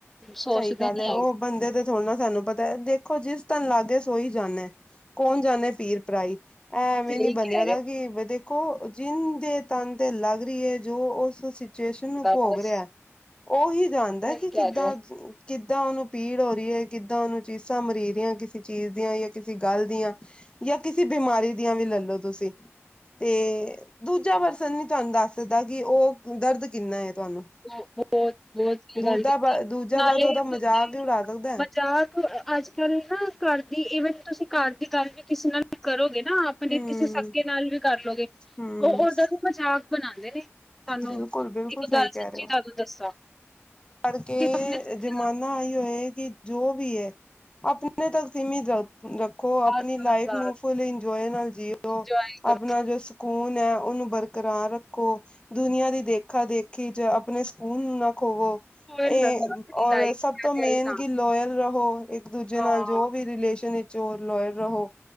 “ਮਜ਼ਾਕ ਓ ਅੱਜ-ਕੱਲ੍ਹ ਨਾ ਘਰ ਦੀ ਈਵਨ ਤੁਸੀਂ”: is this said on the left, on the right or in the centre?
Centre